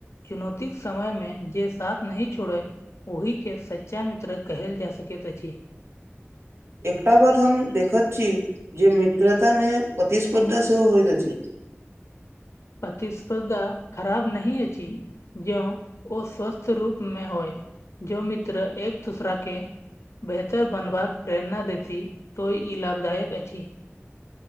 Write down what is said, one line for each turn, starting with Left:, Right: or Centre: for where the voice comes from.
Left: चुनौती समय मे जे साथ नहि छोड़े ओहि के सच्चा मित्र कहल जा सकैत अछि
Right: एकटा बात हम देखैत छी जे मित्रता मे प्रतिस्पर्धा सेहो होइत अछि
Left: प्रतिस्पर्धा खराब नही अछि ज्यों ओ स्वस्थ रूप मे होय जो मित्र एक दूसरा के बेहतर बनबाक प्रेरणा देथि तो ई लाभदायक अछि